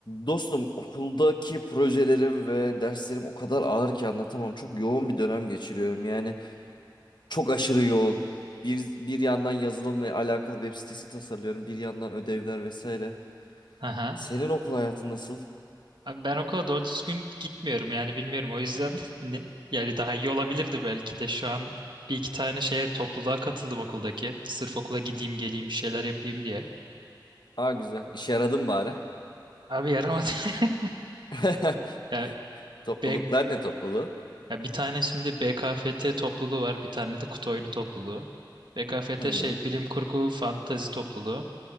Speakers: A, on the left (about 70°); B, on the right (about 75°).
A: Dostum okuldaki projelerim ve derslerim o kadar ağır ki anlatamam. Çok yoğun bir dönem geçiriyorum. Yani çok aşırı yoğun. Bir, bir yandan yazılımla alakalı web sitesi tasarlıyorum. Bir yandan ödevler vesaire.
B: Aha.
A: Senin okul hayatın nasıl?
B: Abi ben okula doğru düzgün gitmiyorum yani bilmiyorum. O yüzden <laughs> ne, yani daha iyi olabilirdi belki de şu an bir iki tane şeye topluluğa katıldım okuldaki. Sırf okula gideyim geleyim bir şeyler yapayım diye.
A: Aa güzel. İşe yaradın bari.
B: Abi yaramadı. <laughs>
A: <laughs>
B: Ya,
A: Topluluklar
B: B,
A: ne topluluğu?
B: ya bir tane şimdi BKFT topluluğu var bir tane de kutu oyunu topluluğu. BKFT
A: Hı hı.
B: şey bilim kurgu fantazi topluluğu.